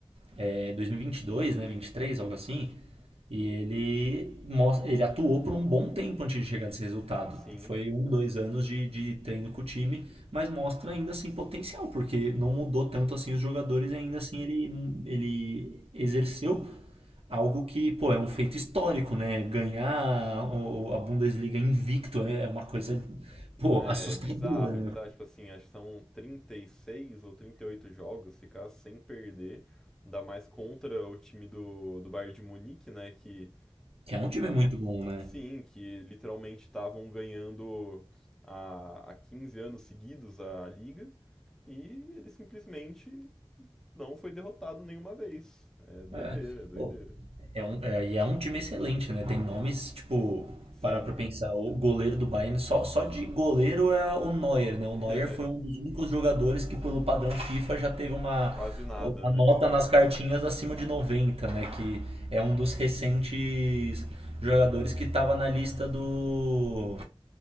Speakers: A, on the right (about 85°); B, in the centre.
A: é, 2022, né, 23, algo assim. E ele mostra, ele atuou por um bom tempo antes de chegar nesse resultado.
B: sim.
A: Foi um, dois anos de, de treino com o time, mas mostra ainda assim potencial, porque não mudou tanto assim os jogadores e ainda assim ele, ele exerceu algo que, pô, é um feito histórico, né? Ganhar o- a Bundesliga invicto é é uma coisa, pô,
B: É
A: assustadora,
B: é bizarro,
A: né?
B: é bizarro. Tipo assim, acho que são 36 ou 38 jogos, ficar sem perder. Ainda mais contra o time do, do Bayern de Munique, né? Que
A: Que é um time muito bom, né?
B: Sim, que literalmente estavam ganhando há, há 15 anos seguidos a liga e ele simplesmente não foi derrotado nenhuma vez. É doideira,
A: É,
B: é doideira.
A: pô, é um, é, e é um time excelente, né? Tem nomes, tipo,
B: Sim,
A: parar pra pensar, o goleiro do Bayern, só, só de goleiro é o Neuer, né? O
B: <laughs>
A: Neuer
B: é,
A: foi um dos únicos jogadores que, pelo padrão FIFA, já teve uma,
B: quase nada,
A: uma
B: né?
A: nota
B: <laughs>
A: nas cartinhas acima de 90 né? Que é um dos recentes jogadores que estava na lista do